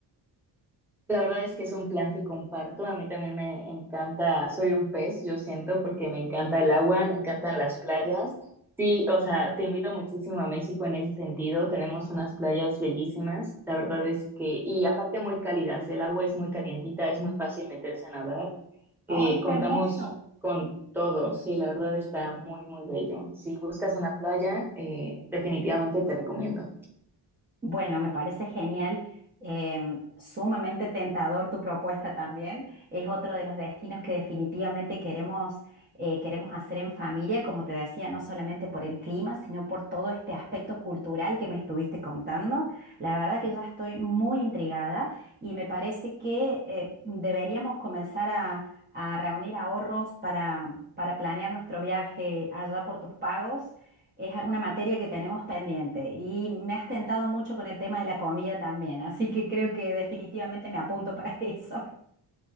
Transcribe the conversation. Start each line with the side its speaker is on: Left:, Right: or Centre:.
Centre: La verdad es que es un plan que comparto. A mí también me encanta, soy un pez, yo siento, porque me encanta el agua, me encantan las playas. Sí, o sea, te invito muchísimo a México en ese sentido. Tenemos unas playas bellísimas. La verdad es que, y aparte muy cálidas, el agua es muy calientita, es muy fácil meterse a nadar. Eh,
Right: ¡Ay,
Centre: contamos
Right: qué hermoso!
Centre: con todo, sí, la verdad está muy, muy bello. Si buscas una playa, eh, definitivamente te recomiendo.
Right: Bueno, me parece genial, em, sumamente tentador tu propuesta también. Es otro de los destinos que definitivamente queremos, eh, queremos hacer en familia, como te decía, no solamente por el clima, sino por todo este aspecto cultural que me estuviste contando. La verdad que ya estoy muy intrigada y me parece que eh, deberíamos comenzar a, a reunir ahorros para, para planear nuestro viaje allá por tus pagos es una materia que tenemos pendiente y me has tentado mucho con el tema de la comida también, así que creo que definitivamente me apunto para <laughs> eso.